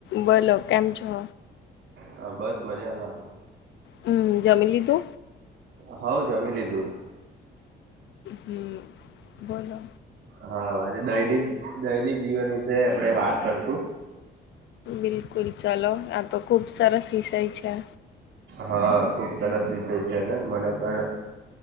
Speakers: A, on the left; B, on the right.
A: બોલો કેમ છો.
B: હા બસ મજામાં
A: હમ જમી લીધુ
B: હવ જમી લીધુ
A: હ બોલો
B: હા દૈનિક દૈનિક જીવન વીશે આપડે વાત કરશું.
A: બિલકુલ ચલો આ તો ખુબ સરસ વિષય છે.
B: હા ખુબ સરસ વિષય છે ને મને પણ